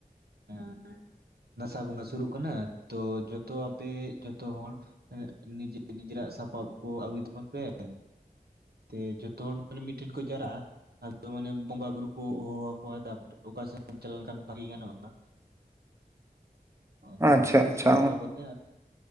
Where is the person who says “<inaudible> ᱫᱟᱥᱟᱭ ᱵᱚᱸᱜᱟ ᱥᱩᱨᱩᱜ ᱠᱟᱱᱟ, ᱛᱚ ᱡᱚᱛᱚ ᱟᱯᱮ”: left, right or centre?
Right